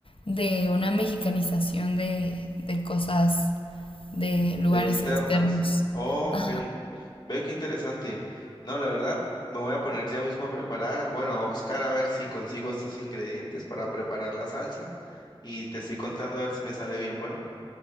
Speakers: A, on the left (about 65°); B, on the left (about 50°).
A: de una mexicanización de, de cosas de lugares
B: De externas.
A: externos.
B: Oh, ok.
A: Ah,
B: Ve qué interesante. No, la verdad, me voy a poner ya mismo a preparar, bueno, a buscar a ver si consigo estos ingredientes para preparar la salsa y te estoy contando a ver si me sale bien. Bueno,